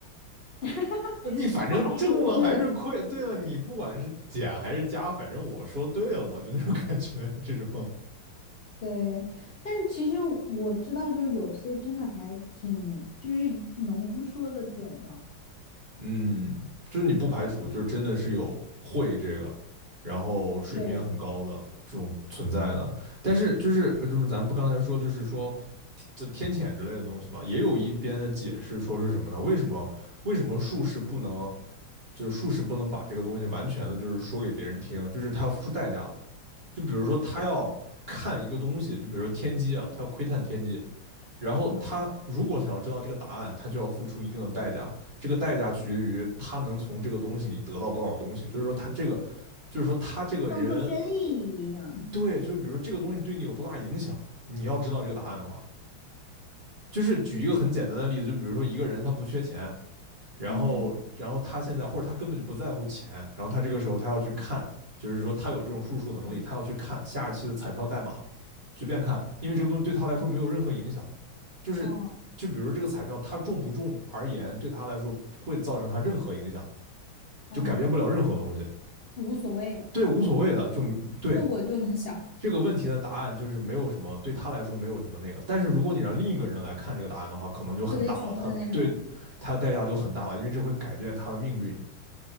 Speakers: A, on the left; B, on the right.
A: <laughs>
B: 你反正挣了还是亏，
A: 话术都是
B: 对了，你不管是减还是加，反正我说对了嘛，就那种感觉，这种
A: 对，但是其实我知道，就是有些真的还挺，就是能说的准的，
B: 嗯，就是你不排除，就是真的是有会这个，然后水平也很高的这种存在的。
A: 对，
B: 但是就是呃就是咱们不刚才说，就是说这天谴之类的东西嘛，也有一边的解释说是什么呢？为什么为什么术士不能，就是术士不能把这个东西完全的，就是说给别人听，就是他要付出代价的。就比如说他要看一个东西，
A: 啊
B: 就比如说天机啊，他要窥探天机，然后他如果想要知道这个答案，
A: 啊
B: 他就要付出一定的代价。这个代价取决于他能从这个东西里得到多少东西。就是说，他这个，就是说他这个人，
A: 像做生意一样。
B: 对，就是比如说这个东西对你有多大影响，你要知道这个答案的话，就是举一个很简单的例子，就比如说一个人他不缺钱，然后然后他现在或者他根本就不在乎钱，
A: 嗯
B: 然后他这个时候他要去看，就是说他有这种数数能力，
A: 嗯
B: 他要去看下一期的彩票代码，随便看，因为这个东西对他来说没有任何影响。
A: 啊啊
B: 就是就比如说这个彩票它中不中而言，
A: 啊
B: 对他来说不会造成他任何影响，
A: 啊，
B: 就改变不了任何东西。
A: 无所谓，
B: 对，无所谓的，就对
A: 后果就很小，
B: 这个问题的答案就是没有什么，对他来说没有什么那个。但是如果你让另一个人来看这个答案的话，可能就很大了，
A: 特别穷的那种。
B: 他对他代价就很大了，因为这会改变他的命运。